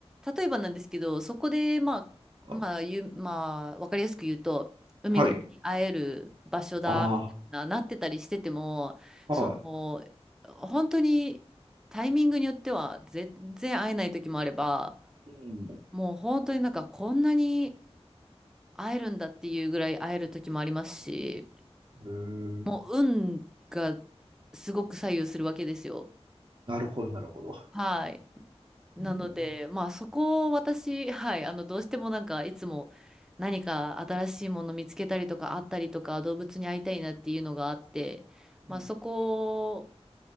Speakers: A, in the centre; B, on the right.
A: 例えばなんですけど、そこで、まあ、まあ、
B: あ
A: ゆ、まあ、わかりやすく言うと、ウミガメに会える場所だ、
B: はい。あ
A: みたいな、なってたりしてても、
B: あ、
A: その、
B: は
A: 本当にタイミングによっては、全然会えない時もあれば、
B: い。
A: もう本当になんかこんなに会えるんだっていうぐらい会える時もありますし、
B: うん。
A: もう運が
B: へえ
A: すごく左右するわけですよ。
B: なるほど、なるほど。
A: はい。なので、
B: うん
A: まあそこを私、はい、あのどうしてもなんかいつも何か新しいもの見つけたりとかあったりとか動物に会いたいなっていうのがあって、まあそこを
B: うん